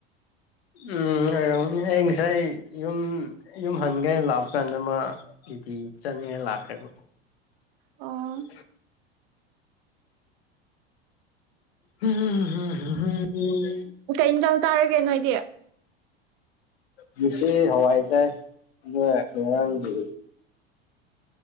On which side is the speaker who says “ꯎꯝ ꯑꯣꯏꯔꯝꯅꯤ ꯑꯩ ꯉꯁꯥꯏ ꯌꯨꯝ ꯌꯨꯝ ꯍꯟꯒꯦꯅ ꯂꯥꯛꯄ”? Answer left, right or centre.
Left